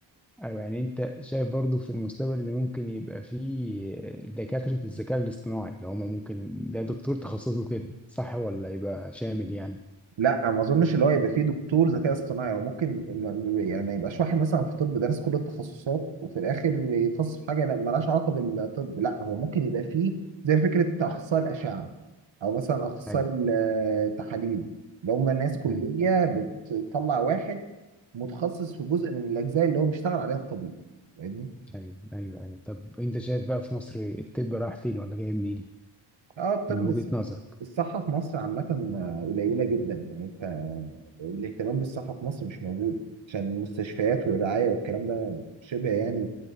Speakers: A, in the centre; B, on the right (about 75°).
A: ايوه يعني انت شايف برضو في المستقبل اللي ممكن يبقى فيه دكاترة الذكاء الاصطناعي اللي هما ممكن ده دكتور تخصصه كده صح ولا يبقى شامل يعني
B: لا ما اظنش اللي هو يبقى فيه دكتور ذكاء اصطناعي هو ممكن ال- يعني ما يبقاش واحد مثلا في طب دارس كل التخصصات وفي الاخر يتخصص في حاجه لا- مالهاش علاقه بالطب لا هو ممكن يبقى فيه زي فكره اخصائي الاشعه او مثلا اخصائي
A: أيوه
B: ال- التحاليل اللي هم ناس كليه
A: أيوه
B: بتطلع واحد متخصص في جزء من الاجزاء اللي هو بيشتغل عليها الطبيب فاهمني
A: ايوه ايوه ايوه طب انت شايف بقى في مصر الطب راح فين ولا جاي منين
B: اه الطب
A: من وجهة
B: الص-
A: نظرك
B: الصحة في مصر عامة آه، قليلة جدا يعني انت آه، الاهتمام بالصحة في مصر مش موجود عشان المستشفيات والرعاية والكلام ده شبه يعني